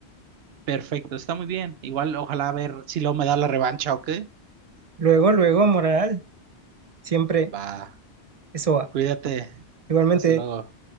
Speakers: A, on the right (about 70°); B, on the right (about 45°).
A: Perfecto, está muy bien. Igual, ojalá a ver si luego me da la revancha o qué.
B: Luego, luego, moral. Siempre
A: Va,
B: eso va.
A: cuídate.
B: Igualmente.
A: Hasta luego.